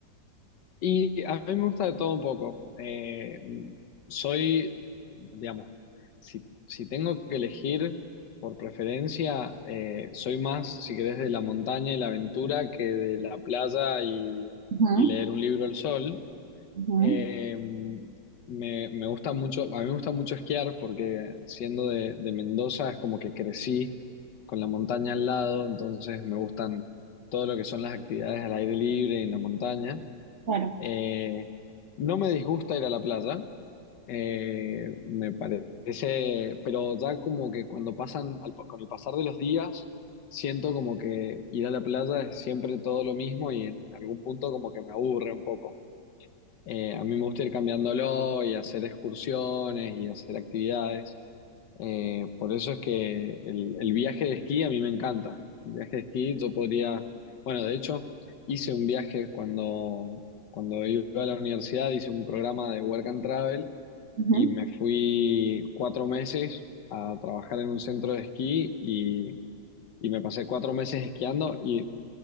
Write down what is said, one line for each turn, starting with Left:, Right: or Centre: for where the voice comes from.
Left: Y a mí me gusta de todo un poco. Eh, soy, digamos, si, si tengo que elegir por preferencia, eh, soy más, si querés, de la montaña y la aventura que de la playa y,
Right: Ujú,
Left: y leer un libro al sol.
Right: ujú,
Left: Eh, me, me gusta mucho, a mí me gusta mucho esquiar porque siendo de, de Mendoza es como que crecí con la montaña al lado, entonces me gustan todo lo que son las actividades al aire libre y en la montaña.
Right: claro.
Left: Eh, no me disgusta ir a la playa, eh, me parece, pero ya como que cuando pasan, al- con el pasar de los días, siento como que ir a la playa es siempre todo lo mismo y en algún punto como que me aburre un poco. Eh, a mí me gusta ir cambiándolo y hacer excursiones y hacer actividades. Eh, por eso es que el, el viaje de esquí a mí me encanta. El viaje de esquí yo podría, bueno, de hecho, hice un viaje cuando, cuando iba a la universidad, hice un programa de Work and Travel
Right: Ujú.
Left: y me fui cuatro meses a trabajar en un centro de esquí y, y me pasé cuatro meses esquiando y